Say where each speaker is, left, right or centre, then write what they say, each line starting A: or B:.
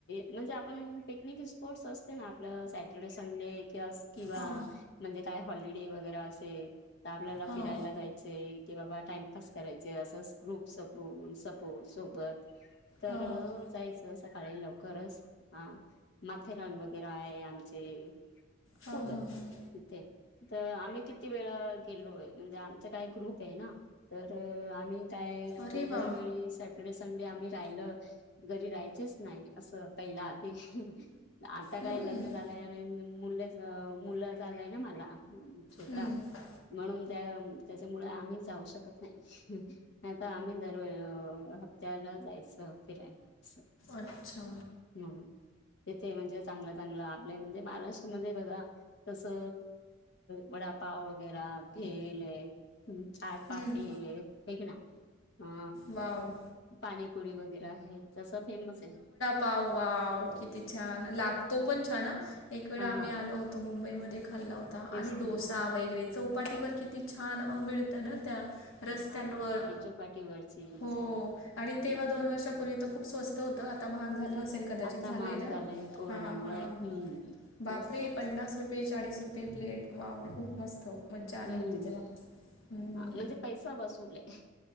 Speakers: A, on the left; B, on the left.
A: म्हणजे आपण पिकनिक दिस... स्पोर्ट्स असते ना आपलं सॅटरडे संडे किवा किंवा...
B: हां
A: म्हणजे काय हॉलिडे वगैरे असेल तर आपल्याला
B: हां
A: फिरायला जायचे कि बाबा टाइमपास करायच. ते असस ग्रुप सपो सपो सोबत तर
B: हां
A: जायचं सकाळी लव.. खरच हा. माथेरान वगैरे आहे आमचे
B: हां
A: खूप आहे.
B: हां हां
A: ते तर आम्ही किती वेळ गेलोय म्हणजे आमचा काही ग्रुप हे ना. तर आम्ही काय
B: अरे
A: दरवेळीसाठी.
B: वा
A: सडे संडे आम्ही राहिल घरी राहायचेच नाही असं पहिला आधी... आता काय
B: हम्म
A: लग्न झालंय आणि मुलेअ मुल जालय ना मला. छोटा
B: हम्म
A: म्हणून त्या त्याच्यामुळे आम्ही जाऊ शकत नाही. नाहीत आम्ही दरवेळ हप्त्याला जायचो फिरायला. स
B: अच्छा
A: हम.. तेथे म्हणजे चांगलं चांगलं आपल्या म्हणजे महाराष्ट्रामध्ये बघा तस अ वडापाव वगैरे भेल आहे. ह् चाट पापडी
B: हम्म
A: हेक ना. हा
B: वाव
A: पाणीपुरी वगैरे आहे, तस फेमस हे.
B: वाव वाव किती छान लागतो पण छान ह एक वेळा
A: हा
B: आम्ही आलो होतो. तो मुंबईमध्ये खाल्ला होता
A: तेच
B: आणि
A: तर
B: डोसा
A: ना
B: वगैरे. चौपाटीवर किती छान मिळत ना त्या रस्त्यांवर.
A: पाटीवरची.
B: हो आणि तेव्हा दोन वर्षापूर्वी त खूप स्वस्त होत आता महाग झाल असेल. कदाचित
A: आता
B: झालय
A: महाग
B: ना
A: झालाय कोरोनामुळे
B: हं ह
A: हम्म तेच
B: बाप रे
A: का
B: पन्नास रूप... पे चाळीस रुपये प्लेट वाव खूप मस्त. मज्जा आली
A: हम्म
B: होती तेव्हा हम्म.
A: म्हणजे पैसा वसूल आहे